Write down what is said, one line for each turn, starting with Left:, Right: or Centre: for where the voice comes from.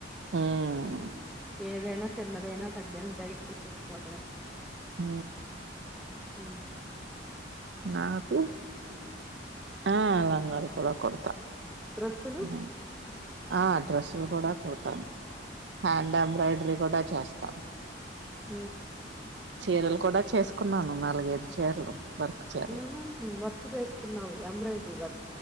Right: హ్మ్.
Centre: ఊ ఏదైనా చిన్నదైనా పెద్దదైనా బయట కుట్టిచ్చుకోవడమే
Right: ఊ
Centre: ఊ
Right: నాకు ఆ లంగాలు కూడా కుడతా
Centre: డ్రెస్సులు
Right: ఊ ఆ డ్రస్సులు కూడా కుడతాను హ్యాండ్ ఎంబ్రాయిడరీ కూడా చేస్తా
Centre: ఊ
Right: చీరలు కూడా చేసుకున్నాను నాలుగైదు చీరలు వర్క్ చీరలు.
Centre: ఊహూ వర్క్ చేస్ కున్నావు ఎంబ్రాయిడరీ వర్క్